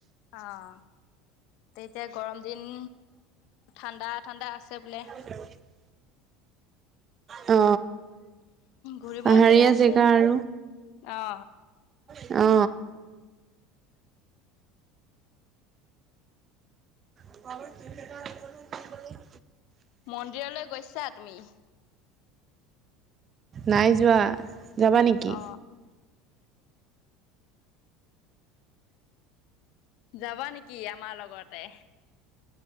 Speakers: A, on the left (about 65°); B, on the right (about 35°).
A: অ্', তেতিয়া গৰম দিন, ঠাণ্ডাত ঠাণ্ডা আছে বোলে।
B: <unintelligible> অ।
A: ঘূৰিবও
B: পাহাৰীয়া
A: জেগা আছে
B: আৰু
A: অ।
B: অ। <unintelligible>
A: মন্দিৰলে গৈছা তুমি।
B: নাই যোৱা যাবা নেকি!
A: অ যাবা নেকি আমাৰ লগতে।